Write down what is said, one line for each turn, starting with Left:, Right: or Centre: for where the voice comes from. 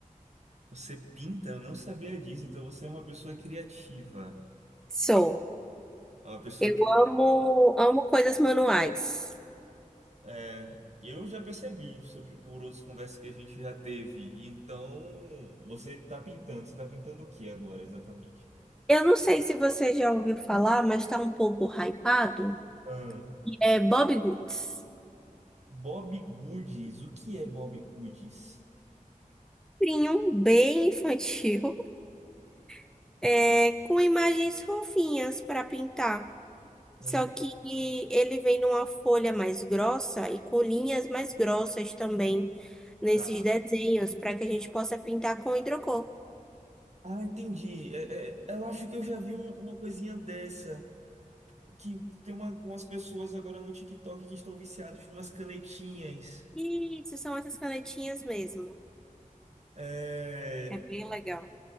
Right: Você pinta, eu não sabia disso, então você é uma pessoa criativa.
Centre: Sou.
Right: É Uma pessoa.
Centre: Eu
Right: que-
Centre: amo, amo coisas manuais.
Right: É, eu já percebi sobre por outras conversas que a gente já teve. Então, você está pintando, você está pintando o que agora exatamente?
Centre: Eu não sei se você já ouviu falar, mas está um pouco hypado.
Right: Ah,
Centre: É Bobbie Goods.
Right: Bob Goods, o que é Bob Goods?
Centre: Livrinho bem infantil, <laughs> é, com imagens fofinhas para pintar.
Right: Um
Centre: Só
Right: livro.
Centre: que ele vem numa folha mais grossa e com linhas mais grossas também nesses
Right: Tá.
Centre: desenhos, para que a gente possa pintar com hidrocor.
Right: Ah, entendi. É, é, eu acho que eu já vi um- uma coisinha dessa. Que tem uma- umas pessoas agora no TikTok que estão viciados em umas canetinhas.
Centre: Isso, são essas canetinhas mesmo.
Right: É,
Centre: É bem legal.